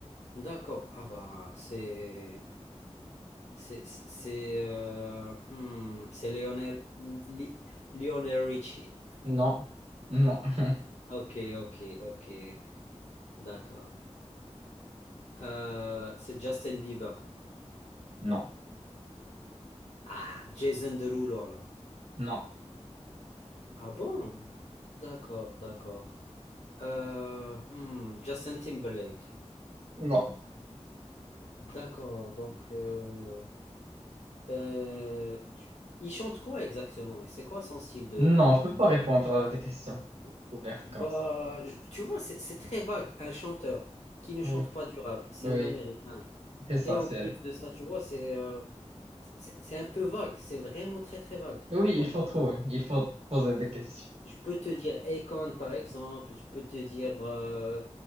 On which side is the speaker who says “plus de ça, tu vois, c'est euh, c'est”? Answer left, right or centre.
Left